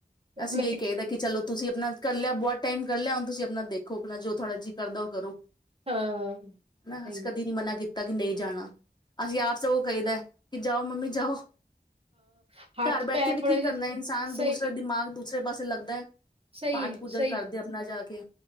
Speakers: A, on the left; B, on the right.
A: ਅਸੀਂ
B: ਮੈਂ
A: ਵੀਹੀ
B: ਕਿਹਾ
A: ਕਾਦਾ ਕਿ ਚਲੋ ਤੁਸੀਂ ਆਪਣਾ ਕਰ ਲਿਆ ਬਹੁਤ ਟਾਈਮ ਕਰ ਲਿਆ ਹੁਣ ਤੁਸੀਂ ਆਪਣਾ ਦੇਖ <unintelligible> ਆਪਣਾ ਜੋ ਥੋੜ੍ਹਾ ਜਿਹੀ ਕਰਦਾ ਉਹ ਕਰੋ
B: ਹਾਂ
A: ਨਾ
B: ਸਹੀ
A: ਅ ਕਦੀ ਨੀ ਮਨਾ ਕੀਤਾ ਤ ਕਿ ਨਹੀਂ ਜਾਣਾ ਅਸੀਂ ਆਪ ਚ ਉਹ ਕਹਹੀਦਾ ਕਿ ਜਾਓ ਮੰਮੀ ਜਾਓ
B: ਹਾਂ ਹੱਥ
A: ਘਰ ਬੈਠ
B: ਪੈ
A: ਕੇ ਵੀ
B: ਥੋੜੇ
A: ਕੀ ਕਰਨਾ
B: ਜਿਹੇ
A: ਇਨਸਾਨ
B: ਸਹੀ
A: ਦੂਸਰਾ ਦਿਮਾਗ ਦੂ ਦਸਰੇ ਪਾਸੇ ਲੱਗਦਾ
B: ਸਹੀ
A: ਪਾਠ
B: ਹੈ
A: ਪੂਜਾ
B: ਸਹੀ
A: ਕਰਦੇ ਆਪਣਾ ਜਾ ਕੇ